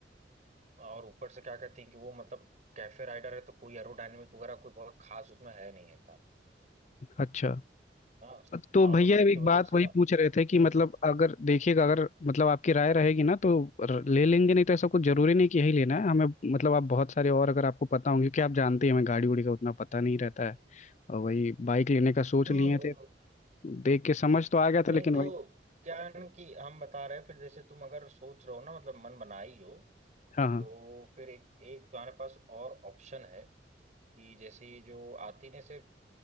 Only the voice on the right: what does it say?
और ऊपर से क्या कहते हैं कि वो मतलब कैफे राइडर है तो कोई एरोडायनेमिक वगैरह कोई बहुत खास उसमें है नहीं है
हाँ
और उसकी
वजह
से
ना
हम्म
हम्म
हम्म।
हम्म
नहीं
तो
क्या है ना कि हम बता रहे हैं फिर जैसे तुम अगर सोच रहे हो ना मतलब मन बनाई हो
तो फिर एक एक तुम्हारे पास और ऑप्शन है कि जैसे ये जो आती ने से